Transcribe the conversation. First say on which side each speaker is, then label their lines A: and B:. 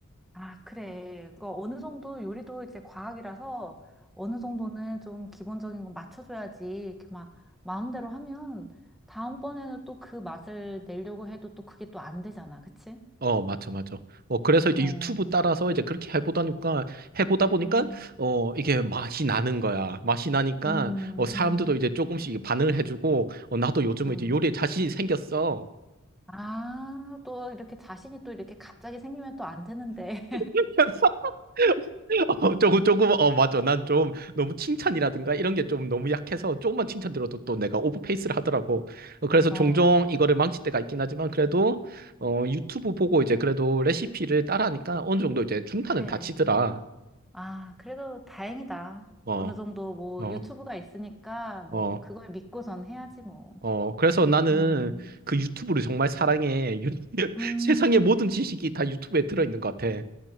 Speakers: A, in the centre; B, on the right.
A: 아, 그래. 그 어느 정도 요리도 이제 과학이라서 어느 정도는 좀 기본적인 건 맞춰줘야지. 이렇게 막 마음대로 하면 다음번에는 또 그 맛을 내려고 해도 또 그게 또 안 되잖아. 그치?
B: 어, 맞죠, 맞죠. 어, 그래서 이제
A: 어.
B: 유튜브 따라서 이제 그렇게 해보다니까, 해보다 보니까,
A: 음,
B: 어, 이게 맛이 나는 거야. 맛이 나니까,
A: 음,
B: 어, 사람들도 이제 조금씩 반응을 해주고, 어, 나도 요즘에
A: 음.
B: 이제 요리에 자신이 생겼어.
A: 아, 또 이렇게 자신이 또 이렇게 갑자기 생기면 또 안 되는데.
B: <laughs> 어, 조금, 조금, 어, 맞죠. 난 좀 너무 칭찬이라든가 이런 게 좀 너무 약해서 조금만 칭찬 들어도 또 내가 오버페이스를 하더라고. 어, 그래서
A: <laughs> 어,
B: 종종 이거를 망칠 때가 있긴 하지만 그래도, 어, 유튜브 보고 이제 그래도 레시피를 따라하니까 어느 정도 이제 중탄은
A: 그래.
B: 다치더라.
A: 아, 그래도 다행이다.
B: 어,
A: 어느 정도 뭐
B: 어.
A: 유튜브가 있으니까 뭐
B: 어,
A: 그걸 믿고선 해야지 뭐.
B: 어, 그래서 나는
A: 음,
B: 그 유튜브를 정말 사랑해. 유- <laughs>
A: 음,
B: 세상의 모든 지식이 다 유튜브에 들어있는 것 같아.